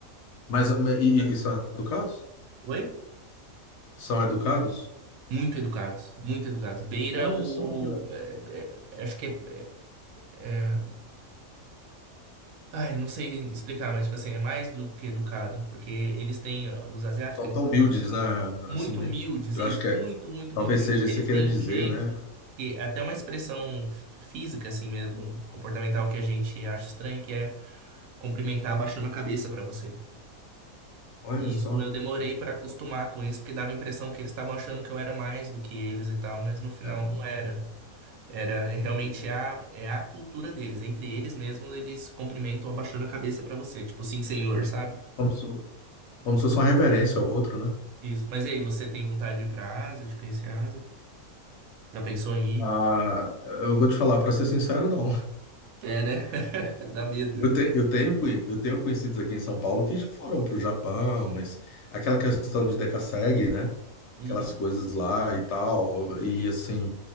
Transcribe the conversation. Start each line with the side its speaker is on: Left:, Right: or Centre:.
Left: Mas e, e
Right: Brasil.
Left: e são educados?
Right: Oi?
Left: São educados?
Right: Muito educados, muito educados. Beira
Left: Olha
Right: o.
Left: só que legal.
Right: é, é, acho que é, é- é- Ai, não sei explicar, mas, tipo assim, é mais do que educado, porque eles têm. ó, Os asiáticos,
Left: São
Right: eles,
Left: tão humildes, né?
Right: muito
Left: Assim, né?
Right: humildes,
Left: Eu
Right: isso,
Left: acho que é-
Right: muito, muito,
Left: talvez
Right: muito humildes.
Left: seja
Right: Eles
Left: isso que você queira
Right: têm
Left: dizer,
Right: um jeito,
Left: né?
Right: que é até uma expressão fí- física, assim mesmo, comportamental, que a gente acha estranho, que é cumprimentar abaixando a cabeça pra você.
Left: Olha
Right: E
Left: só.
Right: isso eu demorei pra acostumar com isso, porque dava a impressão que eles estavam achando que eu era mais do que eles e tal, mas no final
Left: É,
Right: não era. Era é realmente
Left: é,
Right: a, é a cultura deles. Entre eles mesmos, eles cumprimentam abaixando a cabeça pra você, tipo, sim, senhor,
Left: é.
Right: sabe?
Left: Como se, como se fosse uma reverência ao outro, né?
Right: Isso. Mas e aí, você tem vontade de ir pra Ásia, de conhecer a Ásia? Já pensou em ir?
Left: Ah, eu vou te falar, para ser sincero, não.
Right: É, né? <laughs> Dá medo.
Left: Eu, te- eu tenho, conhe- eu tenho conhecidos aqui em São Paulo que já foram para o Japão, mas aquela questão de Decasseg, né?
Right: Uhum.
Left: Aquelas coisas lá e tal. E assim.